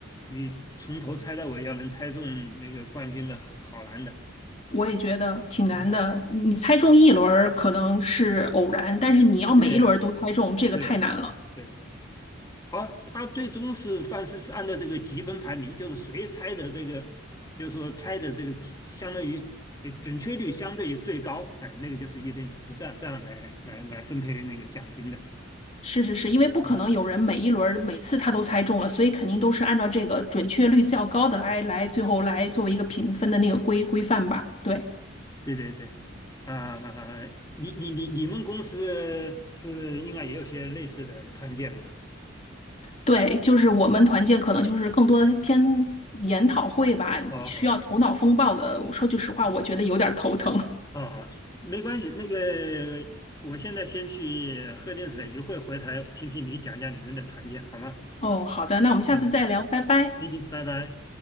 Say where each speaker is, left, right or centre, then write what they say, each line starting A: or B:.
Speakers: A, on the left; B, on the left.
A: 你从头猜到尾，要能猜中那个冠军的好难的。
B: 我也觉得挺难的。
A: 嗯，
B: 你猜中一轮儿可能是偶然，但是你要每一轮儿都猜中，
A: 对
B: 这个太难了。
A: 对对。好，他最终是范式是按照这个积分排名，就是谁猜的这个，就是说猜的这个积，相当于呃准确率相对于最高，哎，那个就是一等奖，是这样这样来来来分配那个奖金的。
B: 是是是，因为不可能有人每一轮儿每次他都猜中了，
A: 啊，
B: 所以肯定都是按照这个准确率较高的来来最后来作为一个评分的那个规规范吧。对
A: 对对对，啊、你你你你们公司是应该也有些类似的团建吧？
B: 对，就是我们团建可能就是更多的偏研讨会吧，
A: 哦哦
B: 需要头脑风暴的。说句实话，我觉得有点儿头疼。
A: 哦，没关系，那个我现在先去喝点水，一会儿回来听听你讲讲你们的团建好吗？
B: <laughs> 哦，好的，那我们下次再聊，
A: 啊，
B: 拜拜。
A: 行行，拜拜。